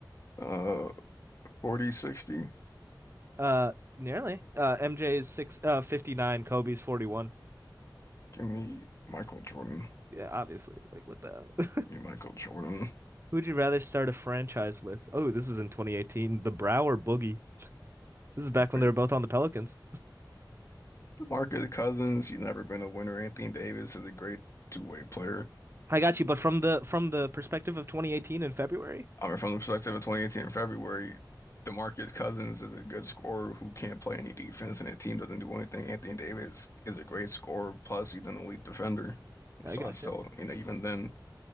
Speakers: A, on the left; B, on the right.
A: Uh forty sixty.
B: Uh, nearly. Uh, MJ's six uh 59, Kobe's 41.
A: Give me Michael Jordan.
B: Yeah, obviously. Like what the hell?
A: Give
B: <laughs>
A: me Michael Jordan.
B: Who would you rather start a franchise with? Oh, this is in 2018. The Brow or Boogie? This is back when
A: I
B: they were both on the Pelicans.
A: Marcus Cousins, he's never been a winner. Anthony Davis is a great two-way player.
B: I got you, but from the from the perspective of 2018 in February,
A: I mean, from the perspective of 2018 in February, DeMarcus Cousins is a good scorer who can't play any defense, and his team doesn't do anything. Anthony Davis is a great scorer, plus he's an elite defender.
B: I
A: So
B: got
A: I still,
B: you.
A: you know, even then,